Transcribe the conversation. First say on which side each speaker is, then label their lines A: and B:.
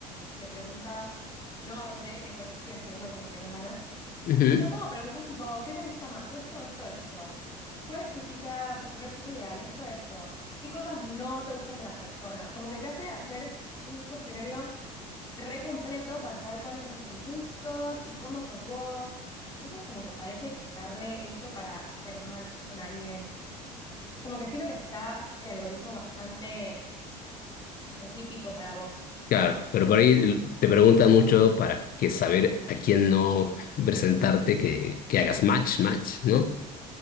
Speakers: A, on the left; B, on the left.
A: de preguntas enorme que puedes ir haciendo cuando tengas ganas.
B: Ujú.
A: Que son como preguntas tipo, ¿qué te gusta más? Esto, esto, esto. ¿Cuál es tu cita, tu primer cita ideal? Esto, esto. ¿Qué cosas no te gustan de las personas? Como que te hace hacer un cuestionario re completo para saber cuáles son tus gustos y cómo sos vos. Entonces, como que parece que está re hecho para hacer match con alguien. Como que siento que está el algoritmo bastante específico para vos.
B: Claro, pero por ahí te preguntan mucho para que saber a quién no presentarte, que, que hagas match, match, ¿no?